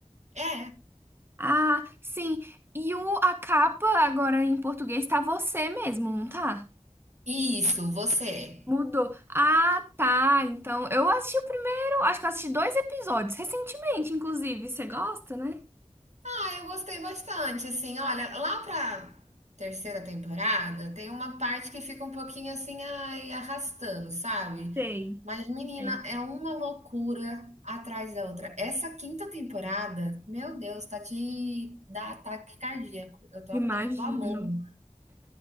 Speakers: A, on the right; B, on the right.
A: É,
B: Ah, sim. Yu, a capa agora em português tá você mesmo, não tá?
A: isso, você.
B: Mudou.
A: é.
B: Ah, tá. Então, eu assisti o primeiro, acho que eu assisti dois episódios, recentemente, inclusive. Você gosta, né?
A: Ah, eu gostei bastante, assim, olha, lá pra terceira temporada tem uma parte que fica um pouquinho assim, ai, arrastando, sabe?
B: Sei.
A: Mas, menina,
B: sei.
A: é uma loucura atrás da outra. Essa quinta temporada, meu Deus, tá de dar ataque cardíaco. Eu tô, eu
B: Imagino.
A: tô amando.